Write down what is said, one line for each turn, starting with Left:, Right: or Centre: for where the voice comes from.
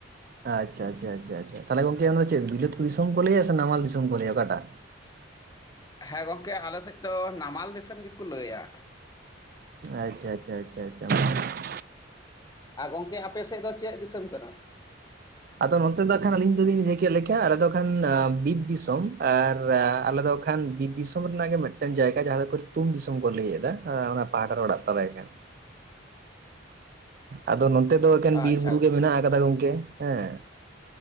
Right: ᱟᱪᱪᱷᱟ ᱟᱪᱪᱷᱟ ᱟᱪᱷᱟ ᱪᱷᱟ ᱛᱟᱦᱚᱞᱮ ᱜᱚᱢᱠᱮ ᱚᱱᱟ ᱪᱮᱫ ᱵᱤᱞᱟᱹᱛ ᱫᱤᱥᱚᱢ ᱠᱚ ᱞᱟᱹᱭᱟ ᱥᱮ ᱱᱟᱢᱟᱞ ᱫᱤᱥᱚᱢ ᱠᱚ ᱞᱟᱹᱭᱟ ᱚᱠᱟᱴᱟᱜ?
Left: ᱦᱮᱸ ᱜᱚᱢᱠᱮ ᱟᱞᱮᱥᱮᱫ ᱫᱚ ᱱᱟᱢᱟᱞ ᱫᱤᱥᱚᱢ ᱜᱮᱠᱚ ᱞᱟᱹᱭᱟ᱾
Right: ᱟᱪᱪᱷᱟ ᱟᱪᱪᱷᱟ ᱟᱪᱪᱷᱟ ᱟᱪᱪᱷᱟ᱾
Left: ᱟᱨ ᱜᱚᱝᱠᱮ ᱟᱯᱮ ᱥᱮᱫ ᱫᱚ ᱪᱮᱫ ᱫᱤᱥᱚᱢ ᱠᱟᱱᱟ?
Right: ᱟᱫᱚ ᱱᱚᱛᱮ ᱫᱚ ᱦᱟᱜᱠᱷᱟᱱ ᱟᱹᱞᱤᱧ ᱫᱚᱞᱤᱧ ᱞᱟᱹᱭ ᱠᱮᱫ ᱞᱮᱠᱟ ᱟᱞᱮ ᱫᱚ ᱠᱷᱟᱱ ᱵᱤᱫ ᱫᱤᱥᱚᱢ ᱟᱨ ᱟᱞᱮ ᱫᱚ ᱠᱷᱟᱱ ᱵᱤᱨ ᱫᱤᱥᱚᱢ ᱨᱮᱱᱟᱜ ᱢᱮᱫᱴᱟᱝ ᱡᱟᱭᱜᱟ ᱡᱟᱦᱟᱸ ᱫᱚ ᱠᱷ ᱛᱩ ᱫᱤᱥᱚᱢ ᱠᱚ ᱞᱟᱹᱭ ᱮᱚᱫᱟ᱾ ᱚᱱᱟ ᱯᱟᱦᱴᱟ ᱨᱮ ᱚᱲᱟᱜ ᱛᱟᱞᱮ ᱠᱷᱟᱱ᱾ ᱟᱫᱚ ᱱᱚᱛᱮ ᱫᱚ ᱮᱠᱮᱱ
Left: ᱟᱪᱪᱷᱟ
Right: ᱵᱤᱨ ᱵᱩᱨᱩ ᱜᱮ ᱢᱮᱱᱟᱜ ᱟᱠᱟᱫᱟ ᱜᱚᱝᱠᱮ ᱦᱮᱸ᱾